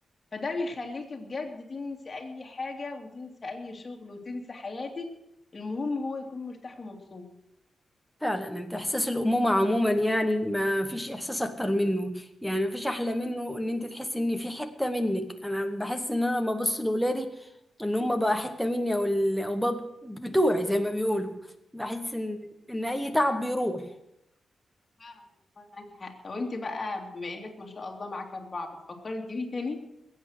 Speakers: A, on the left; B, in the centre.
A: فده بيخليك بجد تنسي اي حاجه وتنسي اي شغل وتنسي حياتك المهم هو يكون مرتاح ومبسوط
B: فعلا انت احساس الامومه عموما يعني ما فيش احساس اكتر منه يعني ما فيش احلى منه ان انت تحسي ان في حته منك انا بحس ان انا لما ابص لاولادي ان هم بقى حته مني او ال... او بقى بتوعي زي ما بيقولوا بحس ان ان اي تعب بيروح
A: فعلا والله معاكي حق لو انت بقى بما انك ما شاء الله معاك اربعه بتفكري تجيبي تاني